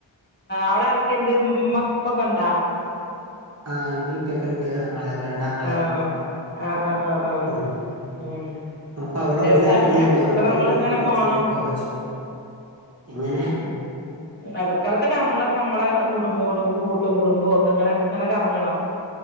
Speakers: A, on the left (about 20°); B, on the right (about 35°).
A: അവ്ടെ ആരൊക്കെ ഇണ്ട് ഇമ്മ ഇപ്പൊക്കെ ഇണ്ടാ
B: ആഹ് ഉമ്മീ ഉപ്പൊക്കെ ഉണ്ട് ആങ്ങളാര് രണ്ട് ആങ്ങളരുണ്
A: ആ ആ ആ ആ ആ
B: ഉണ്ട്
A: ഉം
B: പ്പവിടെ
A: രസാണ്
B: ഓലറിഞ്ഞിട്ടില്ല
A: ഇങ്ങനെ
B: അമ്പ്യാ
A: ഇടക്കൊക്കെ
B: അപ്പ
A: നമ്മള്
B: ഞാന്
A: ഇങ്ങനെ
B: കൊറച്ച്
A: പോണം
B: കഴിഞ്ഞിട്ട് പോവാച്ചിട്ട് എങ്ങനെ?
A: ഇടക്കിടക്കെ നമ്മളെക്കമ്മളെ കുടുംബോടും കൂട്ടം കുടുമ്പോക്കെങ്ങനെ ങ്ങനെക്കറങ്ങ ണോ